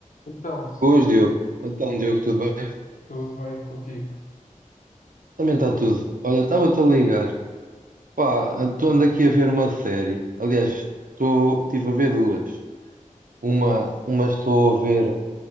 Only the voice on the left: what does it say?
Então,
tudo bem contigo.